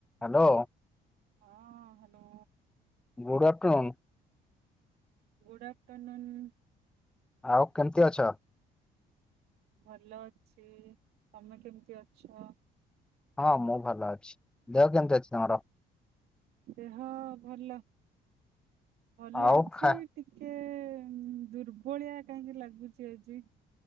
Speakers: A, in the centre; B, on the right.
A: ହାଲୋ।
B: ହଁ hello.
A: Good afternoon
B: good afternoon.
A: ଆଉ କେମିତି ଅଛ?
B: ଭଲ ଅଛି ତମେ କେମିତି ଅଛ?
A: ହଁ ମୁଁ ଭଲ ଅଛି ଦେହ କେମିତି ଅଛି ତମର?
B: ଦେହ ଭଲ ଭଲ
A: ଆଉ
B: ଅଛି
A: ଖା
B: ଟିକେ ଦୁର୍ବଳିଆ କାହିଁକି ଲାଗୁଚି ଆଜି।